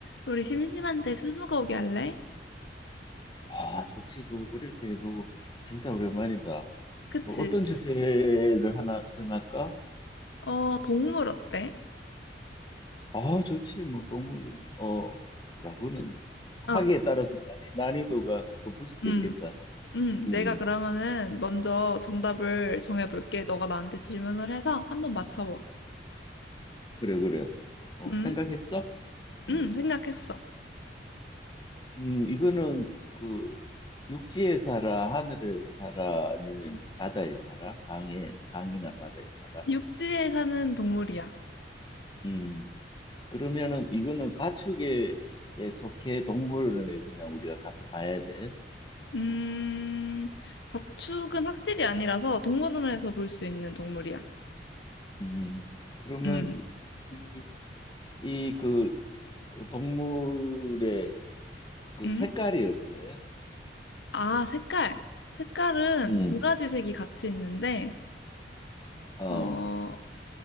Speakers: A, on the left; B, on the left.
A: 우리 심심한데 스무고기 할래?
B: 아, 저 친구 어릴 때 해 보고 진짜 오랜만이다.
A: 그치?
B: 뭐 어떤 주제를 하나 정할까?
A: 어, 동물 어때?
B: 아, 좋지. 뭐 동물은 어 야구는
A: 어,
B: 하기에 따라서 난이, 난이도가 높을 수도
A: 음,
B: 있겠다.
A: 음.
B: 음,
A: 내가 그러면은
B: 음.
A: 먼저 정답을 정해볼게. 너가 나한테 질문을 해서 한번 맞춰봐.
B: 그래 그래. 어,
A: 음,
B: 생각했어? 음,
A: 음, 생각했어.
B: 음, 이거는 그 육지에 살아, 하늘에 살아, 아니면 바다에 살아? 강에 강이나 바다에 살아?
A: 육지에 사는 동물이야.
B: 음, 그러면은 이거는 가축에 속해 동물원에 그냥 우리가 가서 봐야 돼.
A: 음, 가축은 학질이 아니라서 동물원에서 볼 수 있는 동물이야.
B: 음, 그러면
A: 음,
B: 이, 이, 이 그 동물의 그
A: 음.
B: 색깔이 어때?
A: 아, 색깔. 색깔은
B: 음,
A: 두 가지 색이 같이 있는데,
B: 어,
A: 어,